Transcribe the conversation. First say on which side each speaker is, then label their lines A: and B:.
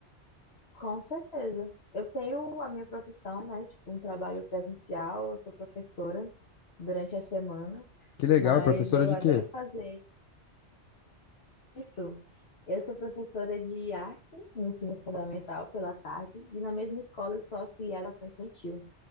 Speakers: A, on the left; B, on the left.
A: Com certeza. Eu tenho a minha profissão, né? Tipo, um trabalho presencial, eu sou professora durante a semana,
B: Que legal,
A: mas
B: professora
A: eu
B: de
A: adoro
B: quê?
A: fazer isso. Eu sou professora de arte no ensino fundamental pela tarde, e na mesma escola eu sou auxiliar de ação infantil.